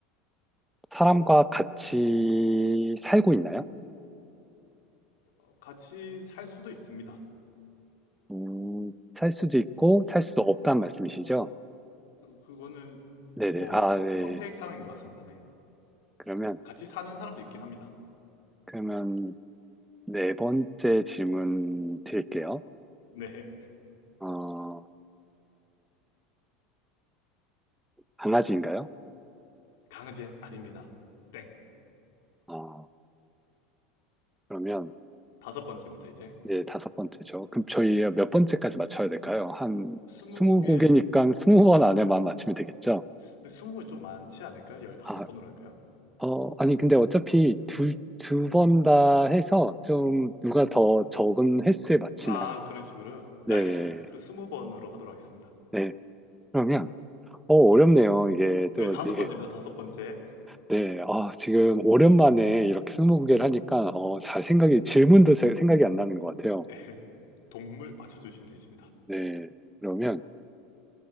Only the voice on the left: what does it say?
어, 같이 살 수도 있습니다.
그- 그거는
뭐
선택 사항인 것 같습니다. 네,
같이 사는 사람도 있긴 합니다.
네.
강제 아닙니다. 땡.
다섯 번째입니다. 이제
스무곡개
근데 스무는 좀 많지 않을까? 열다섯
번으로 할까요?
아 그런 식으로
네, 알겠습니다. 그럼 스무 번으로 하도록 하겠습니다.
네 다섯
번째입니다. 다섯 번째
<laughs> 동물 맞춰주시면 되십니다.